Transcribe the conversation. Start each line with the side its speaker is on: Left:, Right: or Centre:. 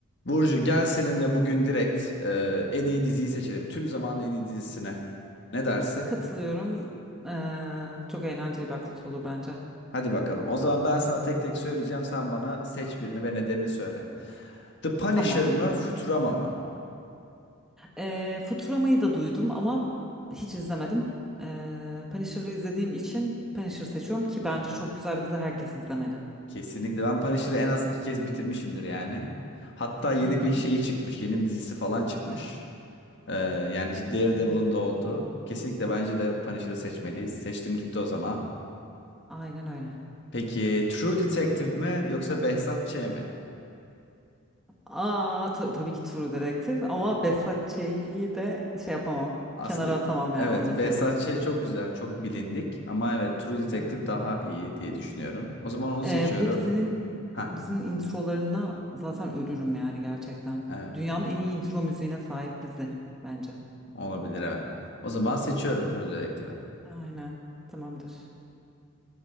Left: Burcu gel seninle bugün direkt e, en iyi diziyi seçelim. Tüm zamanın en iyi dizisine. Ne dersin?
Centre: Katılıyorum. Ee, çok eğlenceli bir aktivite olur bence.
Left: Hadi bakalım. O zaman ben sana tek tek söyleyeceğim. Sen bana seç birini ve nedenini söyle. The Punisher
Centre: Tamam.
Left: mı, Futurama mı?
Centre: Ee, Futurama'yı da duydum ama hiç izlemedim. Ee, Punisher'ı izlediğim için Punisher seçiyorum ki bence
Left: Aa,
Centre: çok güzel bir dizi herkes izlemeli.
Left: kesinlikle. Ben Punisher'ı en az iki kez bitirmişimdir yani. Hatta yeni
Centre: Hı hı.
Left: bir şeyi çıkmış. Yeni bir dizisi falan çıkmış. Ee, yani Daredevil'ın
Centre: Hmm,
Left: da olduğu. Kesinlikle bence de Punisher'ı seçmeliyiz. Seçtim gitti o zaman.
Centre: Aynen öyle.
Left: Peki True Detective mi yoksa Behzat Ç. mi?
Centre: Aa, ta- tabii ki True Detective ama Behzat Ç'yi de şey yapamam.
Left: Aslında
Centre: Kenara atamam
Left: evet
Centre: yani onu
Left: Behzat
Centre: da seviyorum.
Left: Ç. çok güzel, çok bilindik ama evet True Detective
Centre: Evet.
Left: daha iyi diye düşünüyorum. O zaman onu
Centre: Ee,
Left: seçiyorum.
Centre: bu dizinin
Left: Ha,
Centre: bu dizinin introlarına zaten ölürüm yani gerçekten.
Left: evet
Centre: Dünyanın en iyi intro müziğine sahip dizi bence.
Left: olabilir evet. O zaman seçiyorum True Detective'i.
Centre: Aynen. Tamamdır.